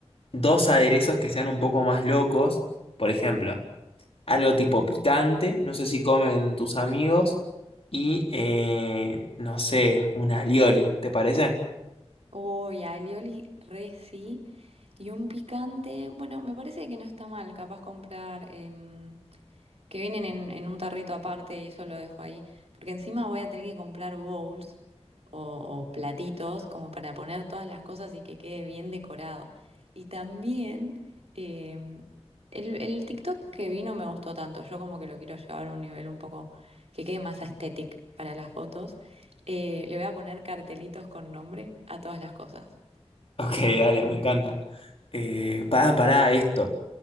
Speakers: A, on the left; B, on the right.
A: dos aderezos que sean un poco más locos. Por ejemplo, algo tipo picante, no sé si comen tus amigos. Y eh, no sé, un alioli, ¿te parece? <laughs>
B: Uy, alioli, re sí. Y un picante, bueno, me parece que no está mal, capaz comprar em, que vienen en, en un tarrito aparte y eso lo dejo ahí, porque encima voy a tener que comprar bowls o, o platitos como para poner todas las cosas y que quede bien decorado. Y también em, el, el TikTok que vi no me gustó tanto, yo como que lo quiero llevar a un nivel un poco que quede más estético para las fotos. Eh, le voy a poner cartelitos con nombre a todas las cosas.
A: Ok, dale, me encanta. Eh, pará, pará, esto.